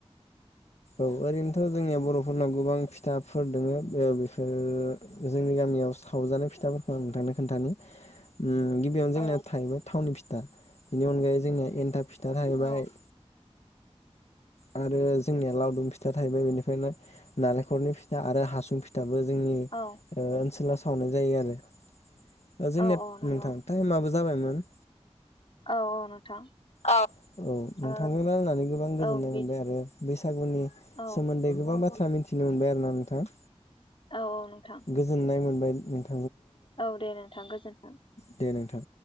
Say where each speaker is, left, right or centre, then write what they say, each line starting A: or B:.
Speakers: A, on the left; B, on the left.
A: औ ओरैनोथ' जोंनियाव बर'फोरनाव गोबां फिथाफोर दोङो ओ बेफोर जोंनि गामियाव सावजानाय फिथाफोरखौ आं नोंथांनो खोन्थानि ओम गिबियावनो
B: औ
A: जोंना थायो थावनि फि दा बिनि अनायै जोंनिया एनथाब फिथा थाहैबाय
B: औ
A: आरो जोंनिया लावदुम फिथा थाहैबाय बेनिफ्रायनो नालेंखलनि फिथ आरो हासुं फिथाबो जोंनि ओ
B: औ
A: ओनसोला सावनाय जायो आरो। ओ जोंनिया
B: औ औ नंगौ
A: नोंथां टाइमआबो ज जाबायमोन।
B: औ औ नोंथां।
A: औ औ नोंथांजों
B: ओ
A: रायज्लानानै गोबां गोजोननाय
B: औ बि
A: मोनबाय आरो बैसागुनि
B: औ
A: सोमोन्दै गोबां बाथ्रा थ्रा मिथिनो मोनबाय आरो ना नोंथां।
B: औ औ नोंथां
A: गोजोननाय मोन बाय नों
B: औ दे नोंथां गोजोन्थों।
A: दे नोंथां।